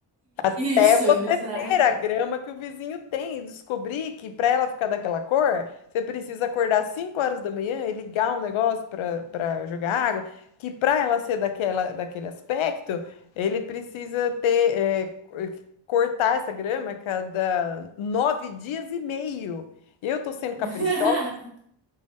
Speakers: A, on the left (about 80°); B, on the right (about 30°).
A: Até
B: Isso,
A: você
B: exato.
A: ter a grama que o vizinho tem e descobrir que para ela ficar daquela cor, você precisa acordar 5 horas da manhã e ligar um negócio para para jogar água, que para ela ser daquela, daquele aspecto, ele precisa ter é, co- cortar essa grama a cada nove dias e meio. Eu tô sendo
B: <laughs>
A: caprichosa